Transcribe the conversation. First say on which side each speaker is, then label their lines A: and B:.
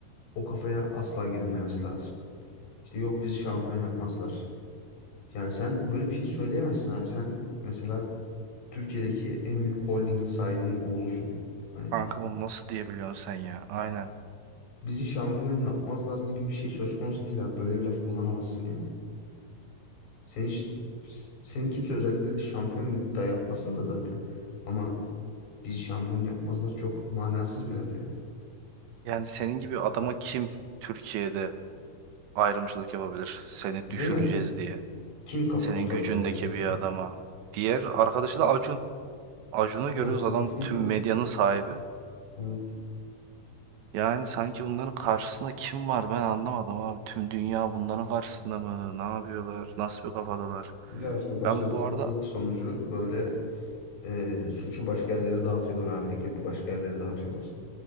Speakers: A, on the left (about 70°); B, on the right (about 80°).
A: o kafaya asla girilmemesi lazım. İşte yok bizi şampiyon yapmazlar. Yani sen böyle bir şey söyleyemezsin abi. Sen mesela Türkiye'deki en büyük holdingin sahibinin oğlusun. Hani
B: Kanka bunu nasıl diyebiliyorsun sen ya? Aynen.
A: bizi şampiyon yapmazlar gibi bir şey söz konusu değil abi. Böyle bir laf kullanamazsın yani. Seni, ş- seni kimse özellikle de şampiyon da yapmasın da zaten. Ama bizi şampiyon yapmazlar çok manasız bir laf ya.
B: Yani senin gibi adama kim Türkiye'de ayrımcılık yapabilir? Seni
A: Değil
B: düşüreceğiz
A: mi?
B: diye.
A: Kim kafa
B: Senin
A: tutabilir
B: gücündeki
A: yani sana?
B: bir adama. Diğer arkadaşı da Acun. Acun'u görüyoruz
A: Ah,
B: adam
A: <laughs>
B: tüm medyanın sahibi.
A: Evet.
B: Yani sanki bunların karşısında kim var ben anlamadım abi. Tüm dünya bunların karşısında mı? Ne yapıyorlar? Nasıl bir kafadalar?
A: Ya işte başarısızlık
B: Ben bu arada
A: sonucu böyle e, suçu başka yerlere dağıtıyorlar abi. Dikkatli başka yerlere dağıtıyorlar.